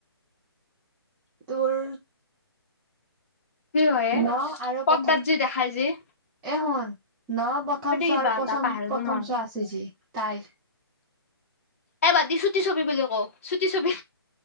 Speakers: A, in the centre; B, on the left (about 35°).
A: তোৰ
B: কি হয়ে,
A: ন আৰু প্ৰথম
B: পৰ্দাত যি দেখাই যি।
A: এ শুন, ন প্ৰথম চ‌
B: কিবা
A: আৰু
B: এটা
A: প্ৰথম
B: পাহৰিলো মই।
A: চোৱা আছে যি তাই।
B: এ বাদি চুটি ছবি বুলি কওঁ, চুটি ছবি,